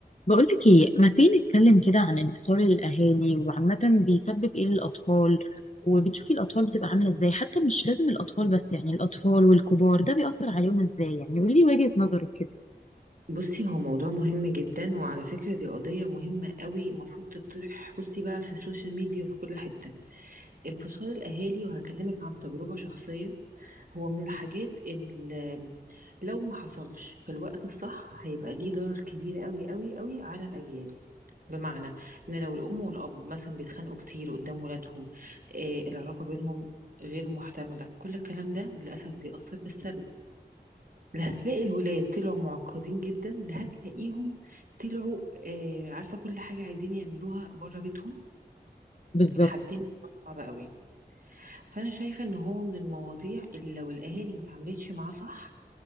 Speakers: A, on the left; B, on the right.
A: بقولك ايه ما تيجي نتكلم كده عن انفصال الاهالي وعامة بيسبب ايه للاطفال وبتشوفي الاطفال بتبقى عاملة ازاي حتى مش لازم الاطفال بس يعني الاطفال والكبار ده بيأثر عليهم ازاي يعني قولي لي وجهة نظرك كده
B: بُصّي، هو موضوع مهم جدًا، وعلى فكرة دي قضية مهمة أوي المفروض تطرح بُصّي بقى في السوشيال ميديا وفي كل حتة. انفصال الأهالي وهاكلمِك عن تجربة شخصية، هو من الحاجات ال لو ما حصلش في الوقت الصح هيبقى ليه ضرر كبير أوي، أوي، أوي على الأجيال. بمعنى إن لو الأم والأب مثلًا بيتخانقوا كتير قدّام ولادهم، آآ العلاقة بينهم غير مُحتملة، كل الكلام ده للأسف بيأثّر بالسلب. لا هتلاقي الولاد طلعوا معقدين جدا لا هتلاقيهم طلعوا آه عارفه كل حاجه عايزين يعملوها بره بيتهم
A: بالظبط
B: في الحالتين صعبه قوي فانا شايفه ان هو من المواضيع اللي لو الاهالي ما اتعاملتش معاه صح